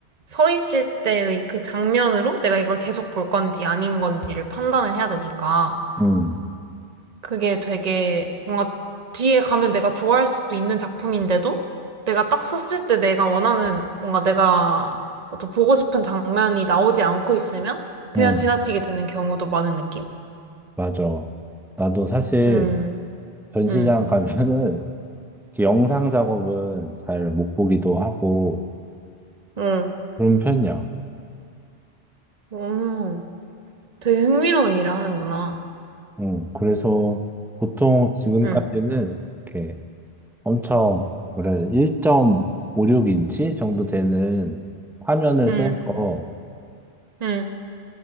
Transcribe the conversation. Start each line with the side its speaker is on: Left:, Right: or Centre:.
Right: 서 있을 때의 그 장면으로 내가 이걸 계속 볼 건지 아닌 건지를 판단을 해야 되니까
Centre: 음,
Right: 그게 되게 뭔가 뒤에 가면 내가 좋아할 수도 있는 작품인데도 내가 딱 섰을 때 내가 원하는 뭔가 내가 어떤 보고 싶은 장면이 나오지 않고 있으면 그냥
Centre: 음,
Right: 지나치게 되는 경우도 많은 느낌?
Centre: 맞아. 나도 사실
Right: 음,
Centre: 전시장
Right: 음,
Centre: 가면은 이렇게 영상 작업은 잘 못 보기도 하고
Right: 음,
Centre: 그런 편이야.
Right: 오, 되게 흥미로운 일을 하는구나.
Centre: 음, 그래서 보통 지금까지는
Right: 음,
Centre: 이렇게 엄청 그래 1.56인치 정도 되는 화면을
Right: 음,
Centre: 써서
Right: 음,